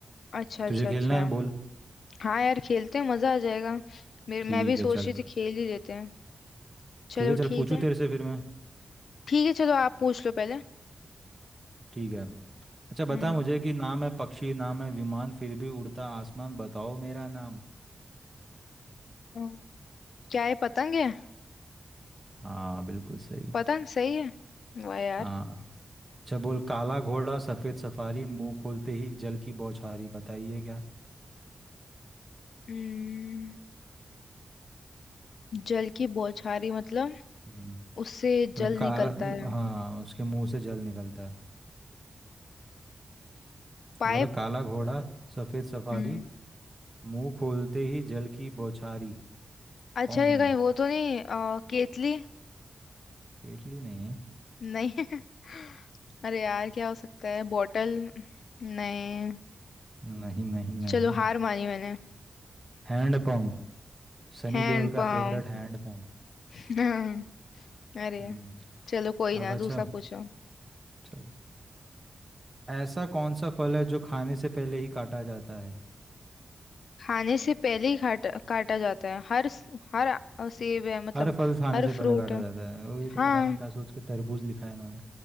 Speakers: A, on the left; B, on the right.
A: अच्छा अच्छा
B: तुझे खेलना
A: अच्छा
B: है बोल
A: हाँ यार खेलते हैं मजा आ जाएगा मेरे
B: ठीक
A: मैं भी सोच
B: है चल
A: रही थी खेल ही लेते हैं चलो
B: ठीक है चल
A: ठीक
B: पूछूं
A: है
B: तेरे से फिर मैं
A: ठीक है चलो आप पूछ लो पहले
B: ठीक है अच्छा बता
A: हम्म
B: मुझे कि नाम है पक्षी नाम है विमान फिर भी उड़ता आसमान बताओ मेरा नाम
A: हम्म, क्या है पतंग है
B: हाँ बिल्कुल सही
A: पतंग सही है वाह यार
B: हाँ अच्छा बोल काला घोड़ा सफेद सफारी मुंह खोलते ही जल की बौछारी बताइए क्या
A: हम्म, जल की बौछारी मतलब
B: हम्म
A: उससे
B: मतलब
A: जल
B: काला
A: निकलता
B: उ-
A: है
B: हाँ उसके मुंह से जल निकलता है
A: पाइप
B: बोल रहा काला घोड़ा सफेद सफारी
A: हम्म
B: मुंह खोलते ही जल की बौछारी
A: अच्छा
B: कौन
A: ये
B: हूँ
A: कहीं
B: मैं
A: वो तो नहीं अ, केतली
B: टेटली नहीं है
A: नहीं <laughs> अरे यार क्या हो सकता है बॉटल नहीं
B: नहीं नहीं नहीं
A: चलो हार मानी मैंने
B: Hand pump सनी
A: Hand
B: देओल का
A: pump
B: फेवरेट हैंड पंप
A: <laughs> अरे
B: हम्म
A: चलो कोई ना
B: अब अच्छा
A: दूसरा पूछो
B: चल ऐसा कौन सा फल है जो खाने से पहले ही काटा जाता है
A: खाने से पहले ही काटा काटा जाता है हर स- हर अ, सेब है मतलब
B: हर फल खाने
A: हर
B: से पहले
A: फ्रूट
B: काटा
A: है
B: जाता है वही तो
A: हाँ
B: पता नहीं क्या सोच के तरबूज लिखा है इन्होंने